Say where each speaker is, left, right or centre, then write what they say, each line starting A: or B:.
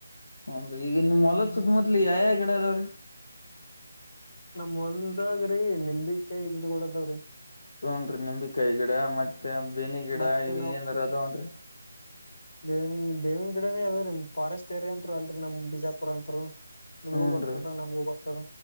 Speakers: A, on the left; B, on the left.
A: ಹುನ್ರಿ ಈಗ ನಿಮ್ಮ್ ಹೊಲದ ಸುತ್ತಿಮುತ್ಲು ಯಾವಯವ ಗಿಡಗಳು ಅದಾವೆ
B: ನಮ್ಮ ಹೊಲದಾಗ್ರೀ ನಿಂಬಿಕಾಯಿ ಗಿಡ್ಕಳದಾವ್ರಿ.
A: ಹುನ್ರಿ ನಿಂಬಿಕಾಯಿ ಗಿಡ ಮತ್ತೆ ಬೇನಿ ಗಿಡ
B: ಮತ್ತೆ
A: ಇವ ಏಂದಾರ ಅದಾವನ್ರಿ.
B: ಬೇವ ಬೇವಿನ ಗಡಡೆನೇ ಅದ್ರೀ ಫಾರೆಸ್ಟ್ ಏರಿಯಾಂತ್ರು ಅಲ್ರಿ ನಮ್ ಬಿಜಾಪುರ ಅಂತ್ರು. ನಿಮಗೂ
A: ಹುನ್ರಿ
B: ಗೊತ್ತದ ನಮಗೂ ಗೊತ್ತದ